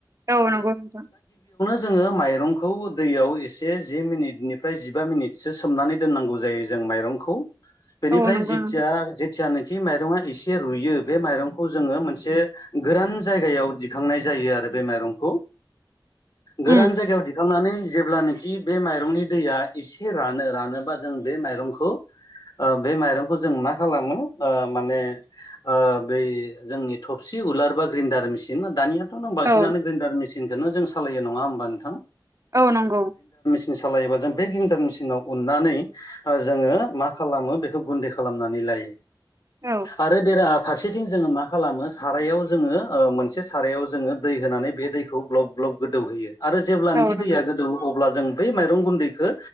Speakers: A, on the right (about 40°); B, on the left (about 60°).
A: औ नगौ नोंथां
B: जोङो माइरंखौ दैयाव एसे जि मिनिटनिफ्राय जिबा मिनिटसो सोमनानै दोननांगौ जायो जों माइरंखौ बेनिफ्राय
A: औ नंगौ
B: जेतियानिखि
A: नोंथां
B: माइरंआ एसे रुयो बे माइरंखौ जोङो मोनसे गोरान जायगायाव दिखांनाय जायो आरो बे माइरंखौ गोरान
A: उम
B: जायगायाव दिखांनानै जेब्लानोखि बे माइरंनि दैया एसे रानो रानोबा जों बे माइरंखौ ओ बे माइरंखौ जों मा खालामो ओ माने ओ बै जोंनि थ थबसि उलार बा ग्रिन्दडार मेसिन दानियाथ' नों बांसिनानो
A: औ
B: ग्रिन्दार मेसिनखौनो जों सालायो नङा होमबा नोंथां
A: औ नंगौ
B: मेन सालायोबा जों बे ग्रिनदार मेसिनाव उन्नानै जोङो मा खालामो बेखौ गुन्दै खालामनानै लायो
A: औ
B: आरो बेरा फारसेथिं जोङो मा खालामो सारायाव जोङो ओ मोनसे सारायाव जोङो दै होनानै बे दैखौ ग्लब ग्लब गोदौहोयो आरो जेब्लानोखि
A: औ नंगौ
B: दैया गोदौवो अब्ला जों बै माइरं गुन्दैखौ